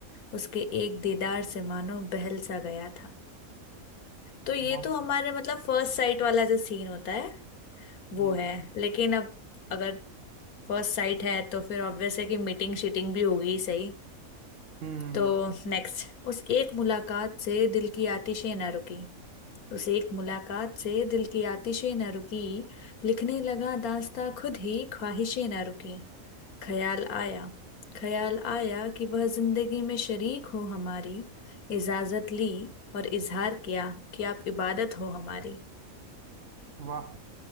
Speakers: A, on the left; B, on the right.
A: उसके एक दीदार से मानो बहल सा गया था तो ये
B: वाह
A: तो हमारे मतलब फर्स्ट साइट वाला जो सीन होता है वो
B: हम्म
A: है लेकिन अब अगर फर्स्ट साइट है तो फिर ऑब्वियस है कि मीटिंग शीटिंग भी होगी सही
B: हम्म,
A: तो नेक्स्ट उस एक मुलाकात से दिल की आतिशें न रुकी उस एक मुलाकात से दिल की आतिशें न रुकी लिखने लगा दास्तां खुद ही ख्वाहिशें न रुकी ख्याल आया ख्याल आया कि वह जिंदगी में शरीक हो हमारी इजाजत ली और इजहार किया कि आप इबादत हो हमारी
B: वाह